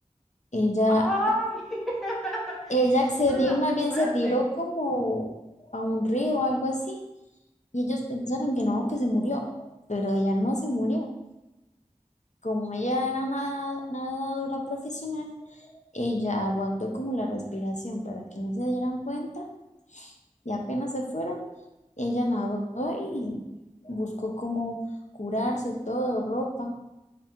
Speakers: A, on the left; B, in the centre.
A: Ella
B: ¡Ay! <laughs>
A: Ella
B: Eso
A: accedió
B: suena
A: y
B: muy
A: más bien
B: fuerte.
A: se tiró como a un río o algo así. Y ellos pensaron que no, que se murió, pero ella no se murió. Como ella era nada- nadadora profesional, ella aguantó como la respiración para que no se dieran cuenta y apenas se fueron, ella nadó y buscó como curarse todo, ropa,